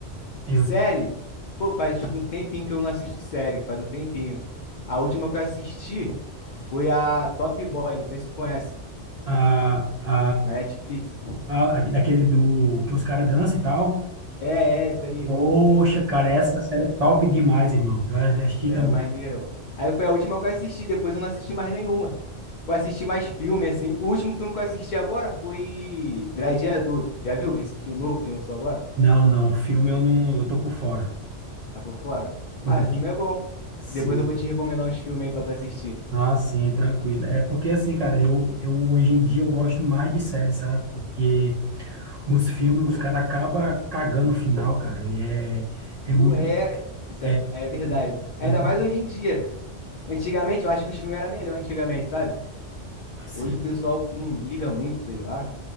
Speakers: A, on the right; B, on the left.
A: Eu,
B: Série? Pô, faz um tempinho que eu não assisto série, faz um tempinho. A última que eu assisti foi a Top Boy, não sei se tu conhece,
A: a, a,
B: na Netflix.
A: a, a- daquele do que os caras dançam e tal?
B: É, é, isso aí.
A: Poxa, cara, essa série é top demais, irmão. Eu assisti
B: Daí
A: também.
B: é maneira, mano. Aí foi a última que eu assisti, depois eu não assisti mais nenhuma. Eu assisti mais filme, assim. O último filme que eu assisti agora foi Gladiador. Já viu esse que o novo que lançou agora?
A: Não, não, filme eu não, eu tô por fora.
B: Tá por fora?
A: Eu
B: Ah,
A: gosto.
B: o filme é bom.
A: Sim.
B: Depois eu vou te recomendar uns filmes aí pra tu assistir.
A: Ah, sim, tranquilo. É porque assim, cara, eu, eu hoje em dia eu gosto mais de série, sabe? Porque os filmes, os caras acabam cagando o final, cara. E É, é muito.
B: Ué, isso
A: É,
B: é, é verdade, mano. Ainda
A: é muito
B: mais hoje em dia. Antigamente, eu acho que os filmes eram melhor antigamente, sabe?
A: sim.
B: Hoje o pessoal não liga muito, sei lá.